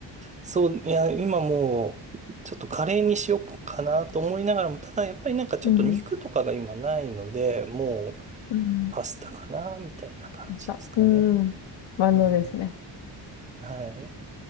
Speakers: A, on the right; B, on the left.
A: そう、いや、今もう、ちょっとカレーにしようかなと思いながらも、ただやっぱりなんかちょっと肉とかが今ないので、
B: うん。
A: もう、
B: うん。
A: パスタかな、みたいな感じですかね。
B: 明日。うん。万能ですね。
A: うん。はい。